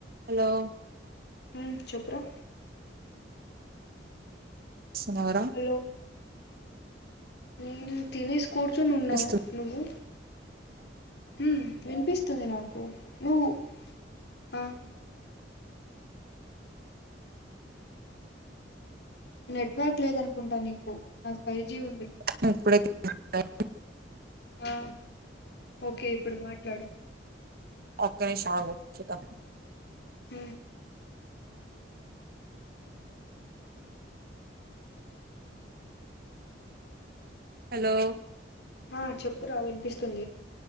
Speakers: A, on the right; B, on the left.
A: Hello
B: హు చెప్పురా
A: ఎంచేస్తున్నావురా,
B: హలో నేను తినేసి కూర్చొని ఉన్నా
A: వినిపిస్తుందా
B: నువ్వు హు వినిపిస్తా, స్తుంది నాకు నువ్వు హ నెట్వర్క్ లేదు అనుకుంటా, నీకు నాది ఫైవ్ జీ ఉంది
A: <unintelligible>
B: ఆ ఓకే ఇప్పుడు మాట్లాడు
A: ఒక్క నిమిషం అగు చూద్దాం
B: హు
A: హలో
B: ఆ చెప్పురా వినిపిస్తుంది.